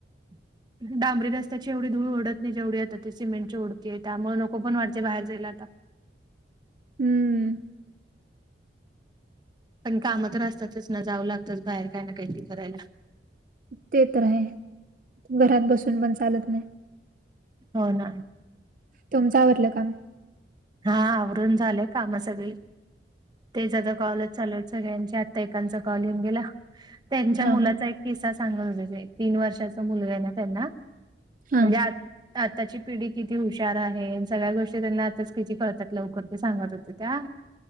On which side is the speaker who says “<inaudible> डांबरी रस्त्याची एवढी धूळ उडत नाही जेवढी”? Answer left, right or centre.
Right